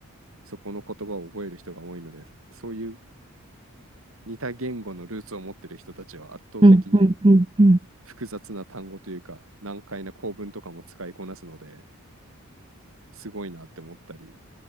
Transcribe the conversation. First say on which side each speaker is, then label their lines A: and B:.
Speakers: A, on the right; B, on the right.
A: そこの言葉を覚える人が多いので、そういう似た言語のルーツを持ってる人たちは圧倒的に
B: うんうんうんうん。
A: 複雑な単語というか難解な構文とかも使いこなすのですごいなって思ったり、